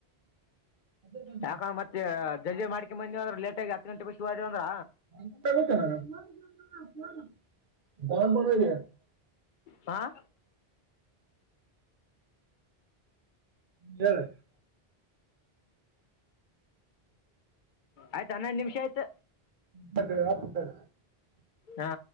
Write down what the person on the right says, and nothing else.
ಅದೇ ಬಸ್
<unintelligible>
ಹೇಳ
ಬರ್ತೇವೆ